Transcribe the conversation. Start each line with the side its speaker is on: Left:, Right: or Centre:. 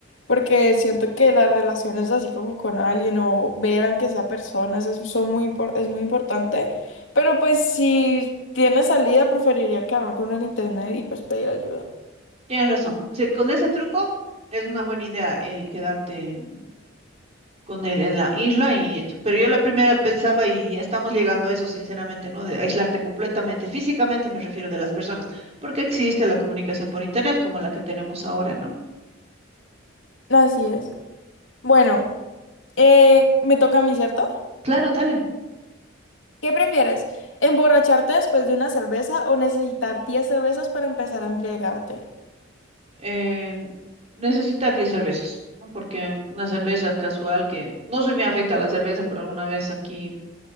Left: porque siento que las relaciones así como con alguien o ver aunque sea personas es, son muy, impor- es muy importante. Pero pues si tiene salida, preferiría quedarme con el internet y pues pedir ayuda.
Right: Tienes razón. O sea, con ese truco es una buena idea el quedarte con él en la isla y esto. pero yo la primera pensaba y ya estamos llegando a eso sinceramente, ¿no? De aislarte completamente, físicamente me refiero de las personas, porque existe la comunicación por internet como la que tenemos ahora, ¿no?
Left: Así es. Bueno, eh, me toca a mí, ¿cierto?
Right: Claro, dale.
Left: ¿Qué prefieres? ¿Emborracharte después de una cerveza o necesitar 10 cervezas para empezar a embriagarte?
Right: Eh, necesitar 10 cervezas, ¿no? Porque una cerveza casual que no soy muy afecta a la cerveza, pero alguna vez aquí